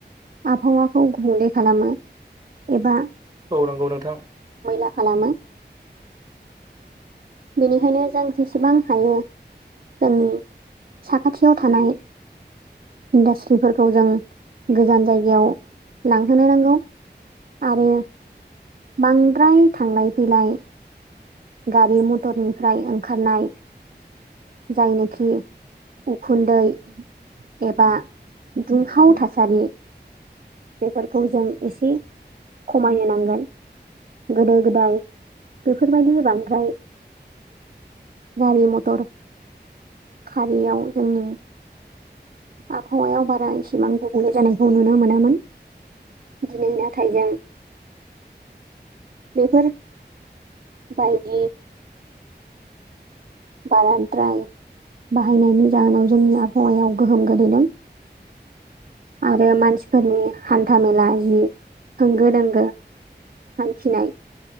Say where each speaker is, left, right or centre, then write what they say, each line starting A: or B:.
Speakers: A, on the right; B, on the right.
A: आबहावाखौ गुबुंले खालामो एबा
B: औ नंगौ नोंथां।
A: मैला खालामो बेनिखायनो जों जेसेबां हायो जोंनि साखाथियाव थानाय इन्डास्ट्रिफोरखौ जों गोजान जायगायाव लांहोनो नांगौ। आरो बांद्राय थांलाय फैलाय गारि मथर निफ्राय ओंखारनाय जायनोखि उखुन्दै एबा दुंहाव थासारि बेफोरखौ जों एसे खमायनो नांगोन। गोदो गोदाय बेफोरबायदि बांद्राय गारि मटर खारियाव जोंनि आबहावायाव बारा इसेबां गुबुंले जानायखौ नुनो मोनामोन। दिनै नाथाइ जों बेफोर बायदि बाराद्राय बाहायनायनि जाहोनाव जोंनि आबहावायाव गोहोम गोलैदों। आरो मानसिफोरनि हान्था मेला जि होंगो दोंगो हानथिनाय